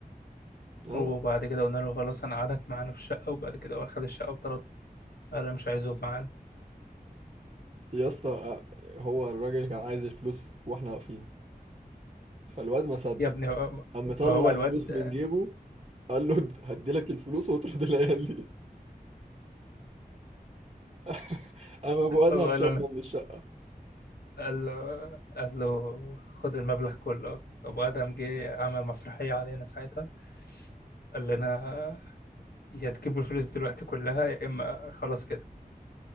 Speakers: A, on the right; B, on the left.
A: اه
B: وبعد كده قلنا له خلاص انا قعدك معانا في الشقه وبعد كده هو خد الشقه وطرد قال انا مش عايزه يبقى معانا
A: يا اسطى آه، هو الراجل كان عايز الفلوس واحنا واقفين فالواد ما صدق
B: يا ابني هو
A: قام مطلع
B: ما هو الواد
A: الفلوس
B: <laughs>
A: من جيبه قال له هديلك الفلوس واطرد العيال دي <laughs> قام ابو ادهم
B: هو قال
A: شطنا
B: له انا
A: من الشقة
B: قال له قال له خد المبلغ كله ابو ادم جه عمل مسرحيه علينا ساعتها قال لنا يا تجيبوا الفلوس دلوقتي كلها يا اما خلاص كده